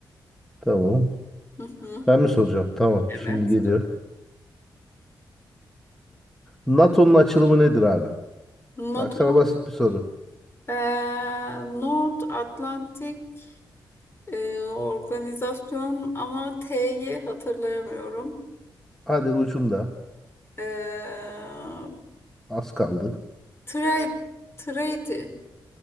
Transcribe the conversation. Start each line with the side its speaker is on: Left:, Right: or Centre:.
Centre: Tamam.
Left: Hı hı.
Centre: Ben mi soracağım? Tamam.
Left: Evet.
Centre: Şimdi geliyor. NATO'nun açılımı nedir abi?
Left: NATO
Centre: Bak sana basit bir soru.
Left: ee, North Atlantic e, organizasyon ama T'yi hatırlayamıyorum.
Centre: Hadi ucunda.
Left: Ee,
Centre: Az kaldı.
Left: Trade, Trade,